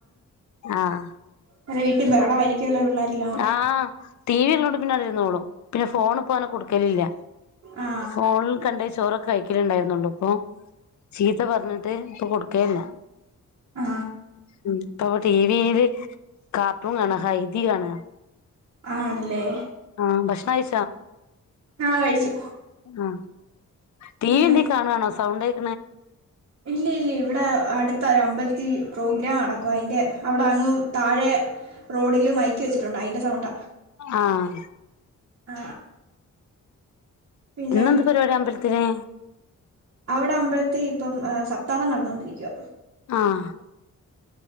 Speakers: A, on the left; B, on the right.
A: ആഹ്
B: അവര് വീട്ടിൽ ബഹളയിരിക്കും ക്കല്ലോ പിള്ളേരല്ലരുടെ
A: ആഹ് ടി വി ല്ലോണ്ട് പിന്നെ അത് ഇരുന്നോളും പിന്നെ ഫോണ് പ്പോ അങ്ങനെ കൊടുക്കലില്ല
B: ആ
A: ഫോൺ ല് കണ്ട ചോറൊക്കെ കയി ഒല ഉണ്ടായിരുന്നുള്ളൂ ഇപ്പൊ ചീത്ത പറഞ്ഞിട്ട് ഇപ്പൊ കൊടുക്കയല്ല
B: ആ
A: ഉ പ <inaudible> ടി വിയില് കാപ്പും കാണ ഹ ഇതി കാണ
B: ആണല്ലേ
A: ആഹ ഭക്ഷണ <inaudible>
B: ആഹ കഴിച്ചു
A: ആ ടി
B: പിന്നെ
A: വി എന്തെക്കും കാണണോ സൗണ്ട <inaudible>
B: ഇല്ല ഇല്ല ഇവിടെ അടുത്ത ഒരു അമ്പലത്തി പ്രോഗ്രാം നടക്കും അതിന്റെ അവിടെ അങ്ങ് താഴെ റോഡിൽ മൈക്ക വെച്ചിട്ടുണ്ട് അതിന്റെറെ സൗണ്ട
A: ആഹ
B: ആ പിന്നെ
A: എന്നെന്ത് പരിപാടി അമ്പലത്തിന്
B: അവിടെ അമ്പലത്തി ഇപ്പം സപ്താഹം നടന്നോണ്ടിരിക്കുവ
A: ആഹ